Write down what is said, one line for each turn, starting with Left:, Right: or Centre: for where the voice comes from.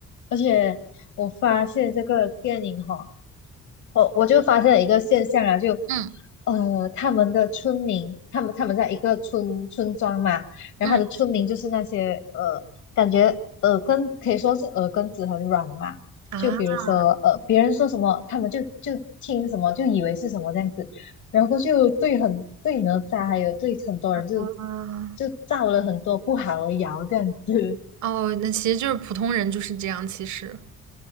Left: 而且我发现这个电影哈、我我就发现了一个现象啊，就
Right: 嗯
Left: 呃，他们的村民，他们他们在一个村村庄嘛，然后他的村民就是那些呃，
Right: 嗯
Left: 感觉耳根可以说是耳根子很软嘛，
Right: 啊
Left: 就比如说呃，别人说什么，他们就就听什么，就以为是什么这样子，然后就对很对哪吒，还有对很多人就
Right: 啊。
Left: 就造了很多不好的谣这样子，
Right: 哦，那其实就是普通人就是这样，其实，